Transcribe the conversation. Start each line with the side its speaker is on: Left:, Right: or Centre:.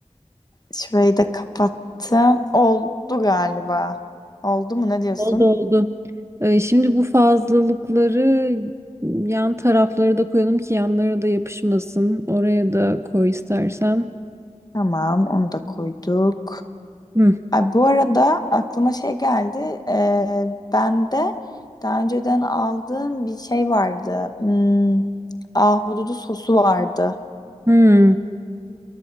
Left: Şurayı da kapattım. Oldu galiba. Oldu mu ne diyorsun?
Right: Oldu oldu. Ee, şimdi bu fazlalıkları yan tarafları da koyalım ki yanlara da yapışmasın. Oraya da koy istersen.
Left: Tamam, onu da koyduk.
Right: Hı.
Left: Ay, bu arada aklıma şey geldi. Ee, ben de daha önceden aldığım bir şey vardı. Hmm, ahududu sosu vardı.
Right: Hı.